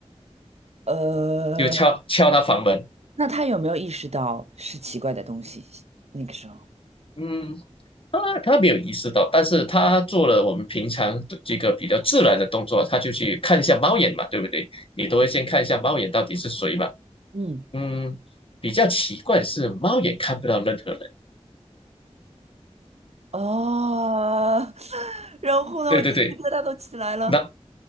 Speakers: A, on the right; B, on the left.
A: 呃，
B: 就敲敲他房门，
A: 那他有没有意识到是奇怪的东西？那个时候，
B: 嗯，他他没有意识到，但是他做了我们平常的这个比较自然的动作，他就去看一下猫眼嘛，对不对？你都会先看一下猫眼到底是谁嘛。
A: 嗯，
B: 嗯，比较奇怪的是猫眼看不到任何人。
A: 哦，<laughs> 然后呢，
B: 对对对，
A: 我鸡皮疙瘩都起来了。
B: 那